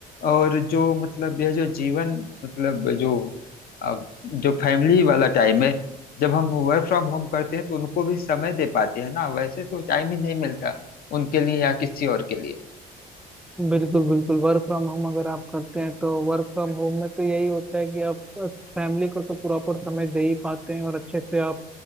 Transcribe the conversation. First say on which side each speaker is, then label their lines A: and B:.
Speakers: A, on the left (about 60°); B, in the centre.
A: और जो मतलब यह जो जीवन मतलब जो अब जो फैमिली वाला टाइम है जब हम वर्क फ्रॉम होम करते हैं तो उनको भी समय दे पाते हैं ना वैसे तो टाइम ही नहीं मिलता उनके लिए या किसी और के लिए
B: बिल्कुल बिल्कुल वर्क फ्रॉम होम अगर आप करते हैं तो वर्क फ्रॉम होम में तो यही होता है कि आप फैमिली को तो प्रॉपर समय दे ही पाते हैं और अच्छे से आप